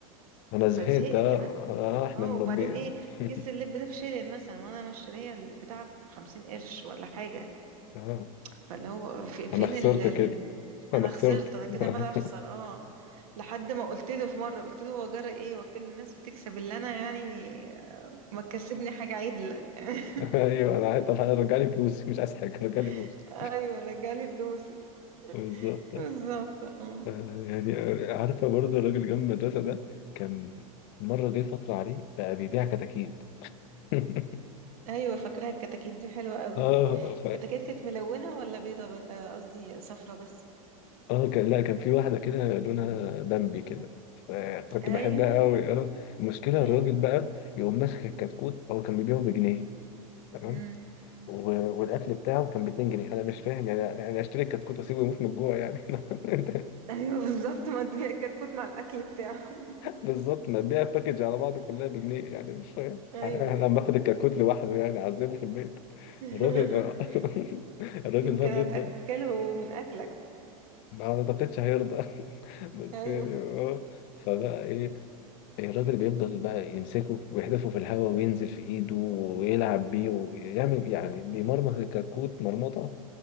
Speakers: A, on the left; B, on the right.
A: انا زهقت
B: فزهقت
A: اه
B: بقى
A: آه، احنا
B: اه
A: مربي
B: وبعدين ايه
A: <laughs>
B: كيس اللب ده بشيلن مثلا وانا مشتريه البتاع بخمسين قرش ولا حاجه
A: آه.
B: فاللي هو في فين
A: انا خسرت
B: ال... ال...
A: كده انا
B: انا
A: خسرت
B: خسرت انا كده مال اخسر
A: <laughs>
B: اه لحد ما قلت له في مره قلت له هو جرى ايه وكل الناس بتكسب اللي انا يعني ما تكسبني حاجه عدله يعني
A: ايوه انا عايز طب رجع لي فلوسي <laughs> مش عايز حاجه رجع لي فلوسي
B: <laughs> ايوه رجعلي فلوسي
A: بالظبط
B: بالظبط اه
A: آه، يعني آه، عارفه برضه الراجل جنب المدرسه ده كان مره جه فتره عليه بقى بيبيع كتاكيت <laughs>
B: ايوه فاكراها الكتاكيت دي حلوه قوي
A: اه
B: الكتاكيت كانت ملونه ولا بيضه ب- آه، قصدي صفرة بس
A: اه كان لا كان في واحدة كده لونها بامبي كده فكنت
B: ايوه
A: بحبها قوي اه المشكلة
B: اه
A: الراجل بقى يقوم ماسك الكتكوت هو كان بيبيعه بجنيه تمام
B: امم
A: و- والاكل بتاعه كان ب 2 جنيه انا مش فاهم يعني يعني اشتري الكتكوت واسيبه يموت من الجوع يعني <laughs> أنت-
B: ايوه بالظبط ما انت كتكوت مع الاكل بتاعه <laughs>
A: بالظبط ما تبيع الباكج على بعض كلها بجنيه يعني مش فاهم
B: ايوه
A: انا أنا لما اخد الكتكوت لوحده يعني اعذبه في البيت
B: <laughs>
A: الراجل آه. <laughs> الراجل
B: يمكن
A: بقى بيفضل
B: هتاكله من اكلك
A: ما اعتقدش هيرضى <laughs> بس
B: <laughs> ايوه
A: يعني اه
B: <laughs>
A: فبقى ايه الراجل بيفضل بقى يمسكه ويحدفه في الهواء وينزل في ايده ويلعب بيه ويعمل يعني بيمرمط الكتكوت مرمطة